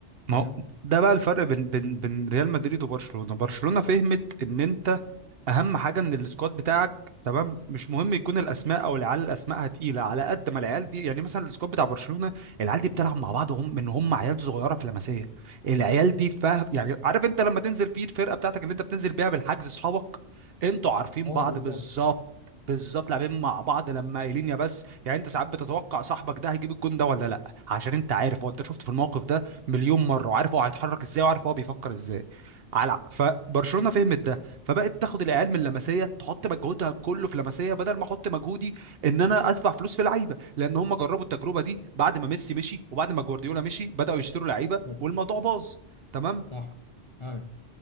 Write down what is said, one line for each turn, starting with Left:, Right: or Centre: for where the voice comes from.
Right: ما
Left: فاهم
Right: هو ده بقى الفرق بين بين بين ريال مدريد وبرشلونة برشلونة فهمت ان انت اهم حاجه ان السكواد بتاعك تمام مش مهم يكون الاسماء او العيال الاسماء تقيله على قد ما العيال دي يعني مثلا السكواد بتاع برشلونه العيال دي بتلعب مع بعض هم من هم عيال صغيره في لمسيه العيال دي فاهم يعني عارف انت لما تنزل في الفرقه بتاعتك اللي انت بتنزل بيها بالحجز اصحابك انتوا عارفين
Left: اه
Right: بعض
Left: بالظبط
Right: بالظبط بالظبط لاعبين مع بعض لما قايلين يا بس يعني انت ساعات بتتوقع صاحبك ده هيجيب الجون ده ولا لا عشان انت عارف هو انت شفته في الموقف ده مليون مره وعارف هو هيتحرك ازاي وعارف هو بيفكر ازاي على فبرشلونه فهمت ده فبقت تاخد العيال من لمسيه تحط مجهودها كله في لمسيه بدل ما احط مجهودي ان انا ادفع فلوس في لعيبه لان هم جربوا التجربه دي بعد ما ميسي مشي وبعد ما جوارديولا مشي بداوا يشتروا لعيبه
Left: بالظبط.
Right: والموضوع باظ تمام
Left: صح ايوه